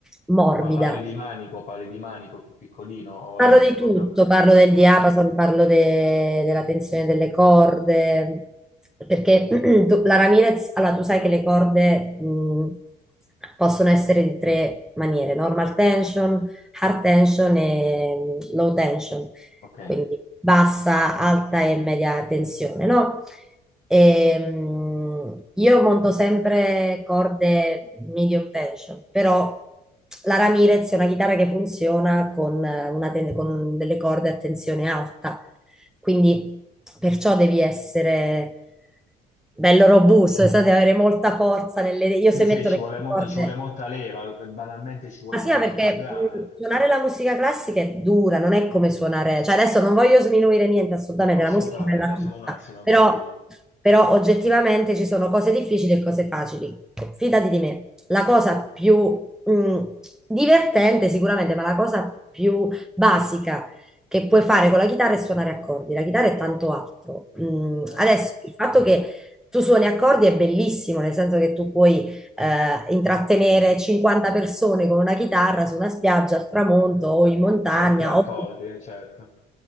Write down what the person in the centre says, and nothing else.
morbida,
Parlo
di
tutto, parlo del
diapason, parlo de- della tensione delle corde, perché <clears throat> tu- la Ramirez, allora tu sai che le corde mh, possono essere di tre maniere, normal tension, hard tension e mh, low tension,
quindi bassa, alta e media tensione, no? Ehm, io monto sempre corde medium tension, però la Ramirez è una chitarra che funziona con, eh, una ten- con delle corde a tensione alta, quindi perciò devi essere bello robusto, cioè, devi avere molta forza nelle... Io se
metto
le
corde...
Ma
sì, ma
perché
mh, suonare la musica classica è dura, non è come suonare, cioè adesso non voglio sminuire niente assolutamente,
la musica è bella tutta,
però,
però oggettivamente ci sono cose difficili e cose facili. Fidati di me, la cosa più mh, divertente sicuramente, ma la cosa più basica che puoi fare con la chitarra è suonare accordi, la chitarra è tanto altro. Mh,
adesso il fatto che tu suoni accordi è bellissimo, nel senso che tu puoi eh, intrattenere 50 persone con una chitarra su una spiaggia al tramonto o in montagna
o